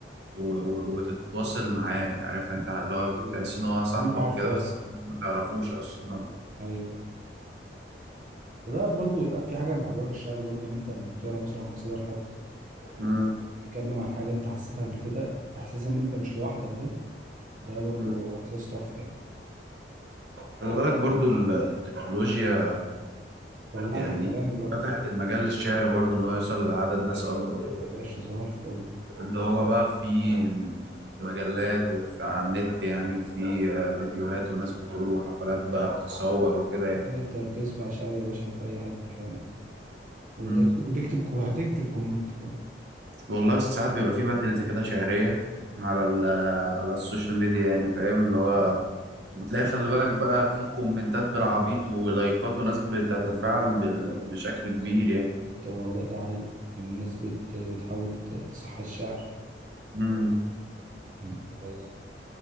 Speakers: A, on the right; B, on the right.
A: و- و- وتتواصل معاه عارف انت اللي هو بتحس
B: ايوه
A: ان هو
B: فاهم؟
A: صاحبك
B: كانك عارفه
A: كده
B: اصلا
A: بس ما
B: <laughs>
A: تعرفوش اصلا
B: ايوه وده برضو في حاجه بحبها في الشعر برضو ان انت لما بتقرا مثلا قصيده لحد
A: مم.
B: تتكلم عن حاجة انت حسيتها قبل كده احساس ان انت مش لوحدك ده ده برضو
A: مم.
B: احساس تحفة يعني
A: خلي بالك برضو ال- التكنولوجيا
B: ولعت
A: يعني
B: الكلام دلوقتي
A: فتحت المجال للشعر برضو ان هو يوصل لعدد ناس اكبر
B: ايوه يا باشا صباح الفل
A: اللي هو بقى في مجلات وفي على النت يعني وفي آه، فيديوهات وناس بتقول وحفلات بقى بتتصور وكده يعني
B: تقدر تسمع شعر يا باشا في اي حتة فاهم وتكتب
A: مم.
B: وتكتب وهتكتب كومنت كمان
A: والله ساعات بيبقى في باتلز كده شعرية على ال- على السوشيال ميديا يعني فاهم اللي هو بتلاقي خلي بالك بقى في كومنتات بالعبيط
B: مم.
A: ولايكات وناس بتتفاعل
B: طب ما ده جميل
A: بال-
B: والله
A: بشكل كبير
B: طب والله ده حلو يعني الناس بت... بتحاول ت- تصحي الشعر
A: يعني
B: مم. ده جميل